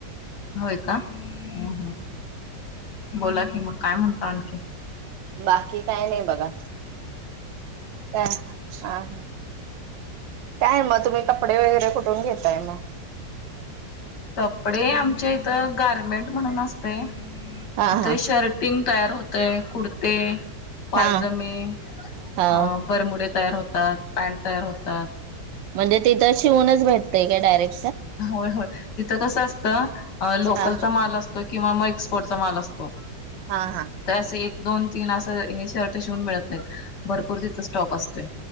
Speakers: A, on the left; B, on the right.
A: होय का? ह ह बोला की मग, काय म्हणता आणखी?
B: बाकी काय नई बघा <unintelligible> हा हा. काय मग, तुम्ही कपडे वगैरे कुठून घेताय म?
A: कपडे आमच्या इथ गारमेंट म्हणून अस तय
B: हा
A: तिथे
B: हा
A: शर्टिंग तयार होतय, कुडते, पायजमे,
B: हा हा
A: अ बरमुडे तयार होत तात, पॅन्ट तयार होतात.
B: म्हणजे तिथं शिवूनच भेट तय काय डायरेक
A: अ होय होय. तिथं कसं असत. अ लोकलचा
B: हा
A: माल अस तो किंवा मग एक्सपोर्ट चा माल असतो. तीत
B: हा हा
A: अस एक दोन तीन असं हे शर्ट त शिवून मिळत नाहीत, भर पूर तिथ स्टॉक असतोय.